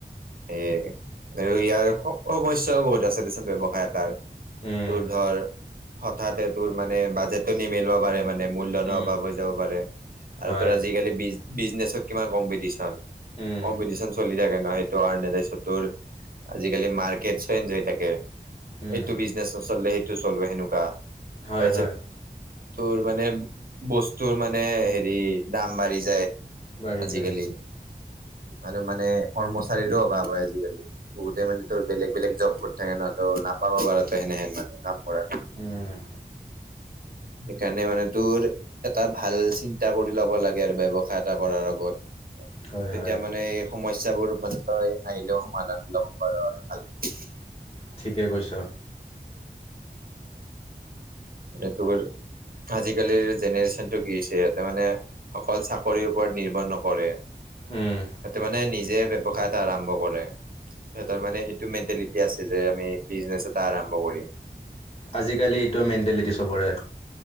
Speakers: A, on the right (about 60°); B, on the left (about 35°).
A: সেইয়াই আৰু ইয়াৰ সমস্যাও বহুত আছে দেচোন ব্যৱসায় এটাৰ,
B: উম
A: তোৰ ধৰ হঠাতে তোৰ মানে বাজেটটো নিমেলিব পাৰে মানে মূলধনৰ
B: উম
A: অভাৱ হৈ যাব পাৰে। আৰু
B: হয়
A: তোৰ আজিকালি বিজ-বিজনেচত কিমান কম্পিটিশন,
B: উম
A: কম্পিটিশন চলি থাকে। সেইটো কাৰণে তাৰ্চত টোৰ, আজিকালি মাৰ্কেট চেঞ্জ হৈ থাকে।
B: উম
A: এইটো বিজনেচ নচললে সেইটো চলোৱা সেনেকুৱা।
B: হয়
A: তাৰিছত
B: হয়
A: তোৰ মানে বস্তুৰ মানে হেৰি দাম বাঢ়ি যায়।
B: বাঢ়ি
A: আজিকালি
B: যায়।
A: আৰু মানে কৰ্মচাৰীৰো অভাৱ হয় আজিকালি। বহুতে মানে তোৰ বেলেগ বেলেগ জব কৰি থাকে ন, ত নাপাব বাৰো এনেহেন মানে কৰাত।
B: উম।
A: সেইকাৰণে মানে তোৰ, এটা ভাল চিন্তা কৰি ল'ব লাগে আৰু ব্যৱসায় এটা কৰাৰ আগত।
B: হয়
A: তেতিয়া
B: হয়
A: মানে এই সমস্যাবোৰ মানে তই আহিলেও সমাধান ওলাব পাৰ আৰু ভালকে।
B: ঠিকে কৈছ।
A: মানে টোৰ আজিকালিৰ জেনেৰেশ্যন টো কি হৈছে সহঁতে মানে, অকল চাকৰিৰ ওপৰত নিৰ্ভৰ নকৰে। সেইটো
B: উম
A: মানে নিজে ব্যৱসায় এটা আৰম্ভ কৰে। সিহতৰ মানে এইটো মেণ্টেলিটি আছে যে আমি বিজনেচ এটা আৰম্ভ কৰিম।
B: আজিকালি এইটোৱে মেণ্টেলিটি চবৰে।